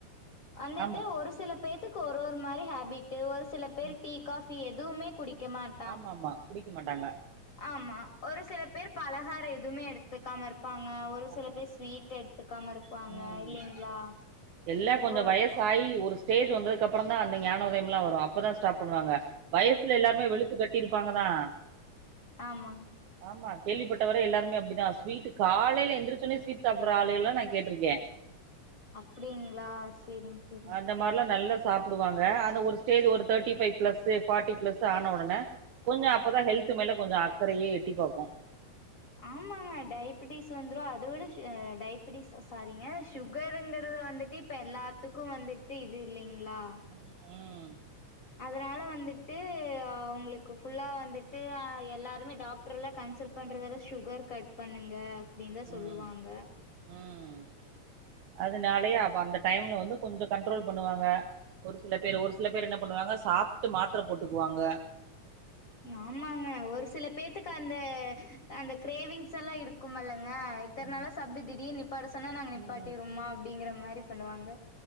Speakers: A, on the left; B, on the right.
A: வந்துட்டு
B: ஆமா
A: ஒரு சிலப் இப்ப எதுக்கு ஒரு ஒரு மாரி ஹேபிட்டு ஒரு சில பேர்
B: ம்
A: டீ காஃபி எதுவுமே குடிக்கமாட்
B: ஆமா ஆமா குடிக்க மாட்டாங்க
A: ஆமா ஒரு சில பேர் பலகாரோ எதுவுமே எடுத்துக்காம இருப்பாங்க ஒரு சில
B: ஆமா
A: பேர் ஸ்வீட்டு எடு த்துக்காம இருப்பாங்க
B: ம்
A: இல்லைங்களா
B: எல்லா கொஞ்சோ
A: ஒரு
B: வயசாயி
A: ஒருத்த
B: ஒரு ஸ்டேஜ் வந்ததுக்க அப்றோ தா அந்த ஞான உதயம்லா வரு அப்பதா ஸ்டாப் பண்ணுவாங்க வயசுல எல்லாமே வெளுத்து கட்டிருப்பாங்கதா
A: ஆமா
B: ஆமா கேள்விப்பட்ட வரையு எல்லாருமே அப்டிதா ஸ்வீட்டு காலைல எந்திரிச்சோனே ஸ்வீட் சாப்பிட்ற ஆளு எல்லா நா கேட்ருக்க
A: அப்டிங்களா சேரிங்க சேரிங்க
B: இந்த மாரிலா நல்ல சாப்பிடுவாங்க ஆனா ஒரு ஸ்டேஜ் ஒரு thirty five plus forty plus ஆன உடனே கொஞ்சோ அப்பதா ஹெல்த்து மேல கொஞ்சோ அக்கரையே எட்டி பாக்கு
A: ஆமாங்க டயபட்டிஸ் வந்துரு அத விட டயபட்டிஸ்ஸா சாரிங்க சுகருங்கரது வந்துட்டு இப்ப எல்லாத்துக்கு வந்துட்டு இது இல்லலைங்களா
B: ம் ம்
A: அதனால வந்துட்டு அங்களுக்கு ஃபுல்லா வந்துட்டு எல்லாருமே டாக் டர்லா கன்சல்ட் பண்றத வர சுகர் கட் பண்ணுங்க அப்டின்னு தா சொல்லுவாங்க
B: ம் ம், ம். அதனாலயே அப்ப அந்த டைம்ல வந்து கொஞ்சோ கண்ட்ரோல் பண்ணுவாங்க ஒரு சில பேர் ஒரு சில பேர் என்ன பண்ணுவாங்க சாப்ட்டுட்டு மாத்திர போட்டுக்குவாங்க
A: ஆமாங்க ஒரு சில பேத்துக்கு அந்த அந்த கிரேவிங்ஸ் எல்லா இருக் கும்மல்லங்க இத்த
B: ம்
A: நாளா சாப்டு திடீர் நிப்பாட்ட சொன்னா நாங்க நிப்பாட்டிடுவமா
B: ம்
A: அப்டிங்கிற மாரி பண்ணுவாங்க